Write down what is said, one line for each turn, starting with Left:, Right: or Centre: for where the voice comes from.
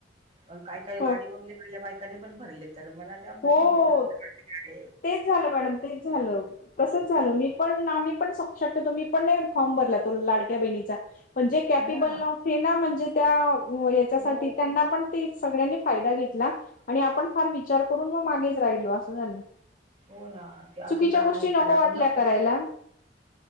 Right: पण काय काय
Left: हो
Right: गाडी बंगली. पहिल्या बायकाने पण भरले तर मला त्या म्हणजे
Left: हो
Right: बरट ग.
Left: तेच झालं मॅडम ते झालं. तसच झाल मी पण आम्ही पण शक्यतो मी पण नाही फॉर्म भरला तो लाडक्या बहिणीचा म्हणजे कॅपेबल
Right: हा
Left: नवते ना म्हणजे त्या याच्यासाठी
Right: हो
Left: त्यांना पण सगळ्यांनी फायदा घेतला आणि आपण फार विचार करून मग मागेच राहिलो असं झालं.
Right: हो ना अति
Left: चुकीच्या
Right: प्रामाणिकपणा
Left: गोष्टी नको वाटल्या
Right: पण
Left: करायला.